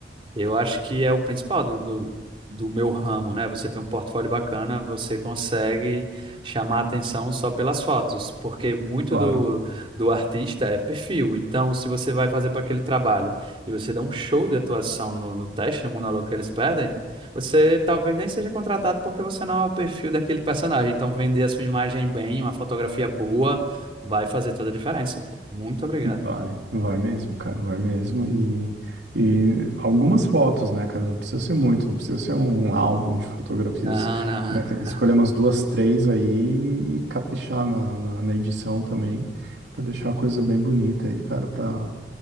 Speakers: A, on the right; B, on the right.
A: eu acho que é o principal do, do, do meu ramo, né? Você tem um portfólio bacana, você consegue chamar a atenção só pelas fotos, porque muito
B: Claro.
A: do, do artista é perfil. Então, se você vai fazer para aquele trabalho e você dá um show de atuação no, no teste, no monólogo que eles pedem, você talvez nem seja contratado porque você não é o perfil daquele personagem. Então, vender a sua imagem bem, uma fotografia boa, vai fazer toda a diferença, pô. Muito obrigado.
B: Vai, vai mesmo, cara, vai mesmo. E, e algumas fotos, né, cara? Não precisa ser muito, não precisa ser um álbum de fotografias,
A: Não, não.
B: né? Tem que
A: <laughs>
B: escolher umas duas, três aí e caprichar na, na, na edição também, pra deixar a coisa bem bonita aí, cara, pra